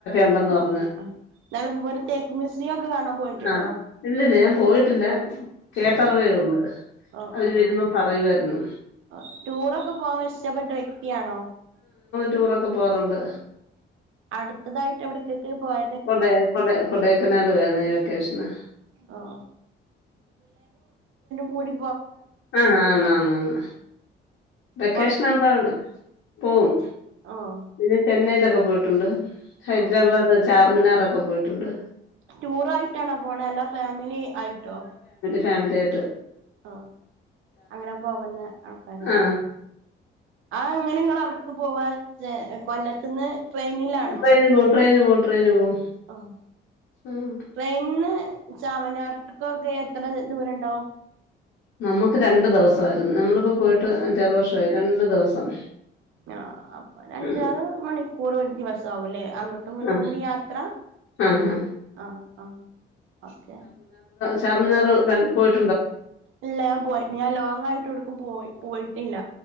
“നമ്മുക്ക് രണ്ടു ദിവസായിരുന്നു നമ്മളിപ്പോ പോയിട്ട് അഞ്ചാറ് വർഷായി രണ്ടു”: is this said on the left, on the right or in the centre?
Left